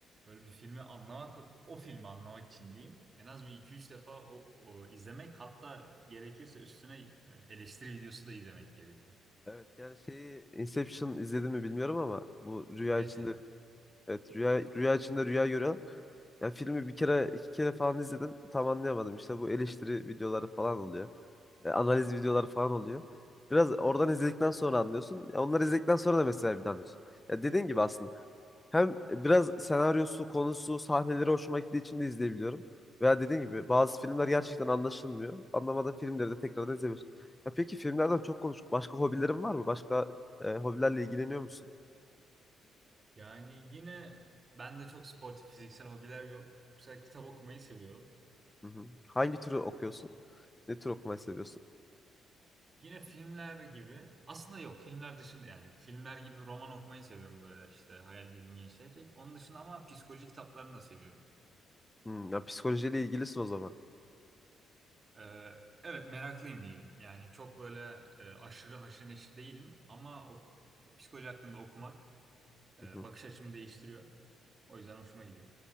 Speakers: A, on the right; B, on the left.
A: Böyle bir filmi anlamak, o filmi anlamak için diyeyim. En az bir iki üç defa o, o izlemek hatta gerekirse üstüne e, eleştiri videosu da izlemek gerekiyor.
B: Evet yani şeyi Inception izledin mi bilmiyorum ama bu rüya
A: Mesela.
B: içinde Evet rüya rüya içinde rüya görüyorlar. Ya filmi bir kere iki kere falan izledim. Tam anlayamadım. İşte bu eleştiri videoları falan oluyor. E, analiz videoları falan oluyor. Biraz oradan izledikten sonra anlıyorsun. Ya onları izledikten sonra da mesela bir de anlıyorsun. Ya dediğin gibi aslında hem biraz senaryosu, konusu, sahneleri hoşuma gittiği için de izleyebiliyorum. Veya dediğin gibi bazı filmler gerçekten anlaşılmıyor. Anlamadığın filmleri de tekrardan izlemiyorsun. Ya peki filmlerden çok konuştuk. Başka hobilerin var mı? Başka e, hobilerle ilgileniyor musun?
A: Yani yine bende çok sportif fiziksel hobiler yok. Mesela kitap okumayı seviyorum.
B: Hı hı. Hangi türü okuyorsun? Ne tür okumayı seviyorsun?
A: Yine filmler gibi aslında yok filmler dışında yani filmler gibi roman okumayı seviyorum böyle işte hayal gücümü genişletecek. Onun dışında ama psikoloji kitaplarını da seviyorum.
B: Hmm, ya psikolojiyle ilgilisin o zaman.
A: Ee, evet meraklıyım diyeyim. Yani çok böyle e, aşırı haşır neşir değilim ama ok- psikoloji hakkında okumak e,
B: Hı hı.
A: bakış açımı değiştiriyor. O yüzden hoşuma gidiyor.